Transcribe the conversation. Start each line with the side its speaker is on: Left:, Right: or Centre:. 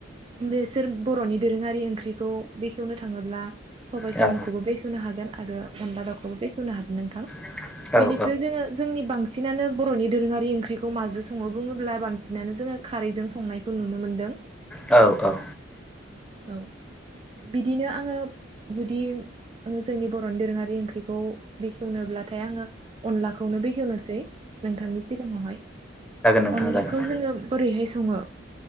Right: बेसोर बर'नि दोरोङारि ओंख्रिखौ बेखेवनो थाङोब्ला सबाय
Centre: जों
Right: साम'खौबो बेखेवनो हा हागोन आरो अनला दावखौबो बेखेवनो हागोन नोंथां ।
Centre: नोंथां
Right: बेनिफ्राय
Centre: औ
Right: जोङो जोंनि बांसिनानो बर'नि दोरोङारि ओंख्रिखौ माजों सङो बुङोब्ला बांसिनानो जोङो खारैजों संनायखौ नुनो मोन्दों ।
Centre: औ औ ।
Right: औ । बिदिनो आङो जुदि आङो जोंनि बर'नि दोरोङारि ओंख्रिखौ बेखेवनोब्लाथाय आङो अनलाखौनो बेखेवनोसै नोंथांनि सिगाङावहाय
Centre: नोंथाङा
Right: अनलाखौ
Centre: एसे
Right: जोङो बोरैहाय सङो